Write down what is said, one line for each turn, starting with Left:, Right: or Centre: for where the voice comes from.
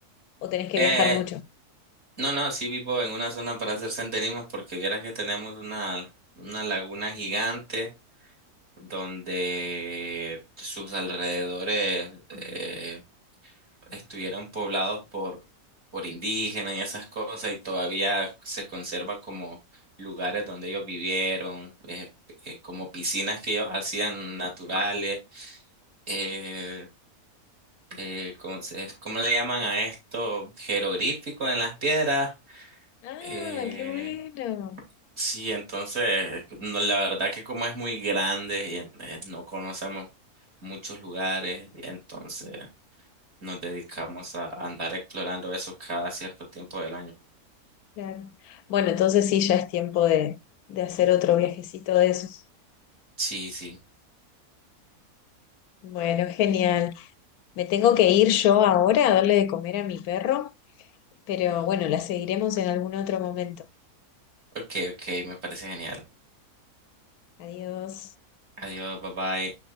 Left: o tenés que
Right: Eh,
Left: viajar mucho?
Right: no, no, sí vivo en una zona para hacer senderismo porque vieras que tenemos una, una laguna gigante. donde sus alrededores eh, estuvieron poblados por, por indígenas y esas cosas, y todavía se conserva como lugares donde ellos vivieron, eh, eh, como piscinas que ellos hacían naturales. eh, eh, ¿cómo, se- es- cómo le llaman a esto? Jeroglífico en las piedras.
Left: Ah,
Right: eh,
Left: qué bueno.
Right: Sí, entonces, no, la verdad que como es muy grande y en- eh, no conocemos muchos lugares, entonces nos dedicamos a andar explorando eso cada cierto tiempo del año.
Left: Claro. Bueno, entonces sí, ya es tiempo de, de hacer otro viajecito de esos.
Right: Sí, sí.
Left: Bueno, genial. Me tengo que ir yo ahora a darle de comer a mi perro, pero bueno, la seguiremos en algún otro momento.
Right: Ok, ok, me parece genial.
Left: Adiós.
Right: Adiós, bye bye.